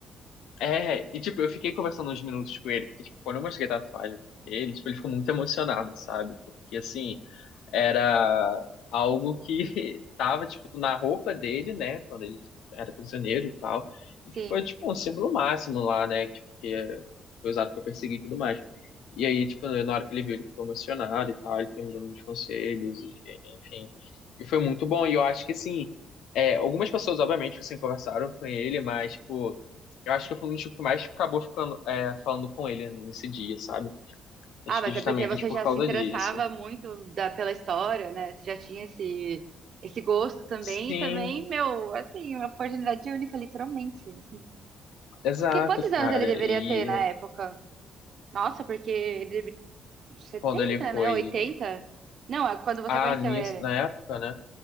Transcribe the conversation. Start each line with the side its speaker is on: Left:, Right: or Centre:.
Left: É, e tipo, eu fiquei conversando uns minutos com ele, porque, tipo, quando eu mostrei a tatuagem pra ele, tipo, ele ficou muito emocionado, sabe? Porque assim, era algo que <laughs> tava, tipo, na roupa dele, né, quando ele era prisioneiro e tal, e
Right: Sim.
Left: que foi, tipo, um símbolo máximo lá, né, tipo, que é- foi usado para perseguir e tudo mais. E aí, tipo, na hora que ele viu, ele ficou emocionado e tal, ele foi me dando uns conselhos, e, enfim. E foi muito bom, e eu acho que, assim, é, algumas pessoas, obviamente, assim, conversaram com ele, mas, tipo, eu acho que eu fui um dos que mais acabou ficando, é, falando com ele nesse dia, sabe?
Right: Ah,
Left: Acho
Right: mas
Left: que justamente
Right: é porque você
Left: por
Right: já
Left: causa
Right: se interessava
Left: disso.
Right: muito da, pela história, né? Você já tinha esse, esse gosto também.
Left: Sim,
Right: E também, meu, assim, uma oportunidade única, literalmente. assim.
Left: Exato,
Right: Porque quantos anos
Left: cara.
Right: ele deveria
Left: E
Right: ter na época? Nossa, porque ele deve... 70,
Left: quando ele foi.
Right: né? oitenta Não, é quando você
Left: Ah,
Right: conheceu
Left: nisso,
Right: ele.
Left: na época, né?